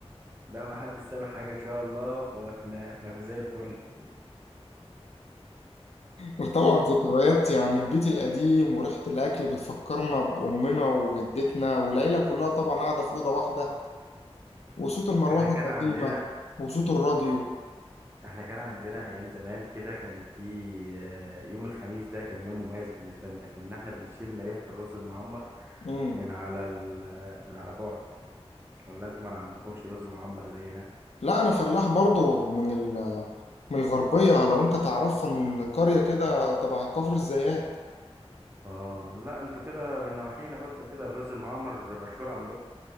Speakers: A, on the right (about 20°); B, on the left (about 80°).
A: لا ما حدش سامع حاجه ان شاء الله فاحنا احنا زي الفل
B: وطبعا ذكريات يعني البيت القديم وريحة الأكل بتفكرنا بأمنا وجدتنا والعيلة كلها طبعا قاعدة في أوضة واحدة وصوت المروحة
A: احنا كان
B: القديمة
A: عندنا
B: وصوت الراديو
A: احنا كان عندنا ايام زمان كده كان في آه، يوم الخميس ده كان يوم مميز بالنسبه لنا كنا احنا بنشم ريحه الرز المعمر
B: مم.
A: من على ال... آه، من على بعد ولا انتوا ما عندكمش رز معمر زينا
B: لا انا فلاح برضو من ال من الغربيه لو انت تعرفها من قريه كده تبع كفر الزيات
A: اه لا انتوا كده من نواحينا برضو كده الرز المعمر مشهور عندكم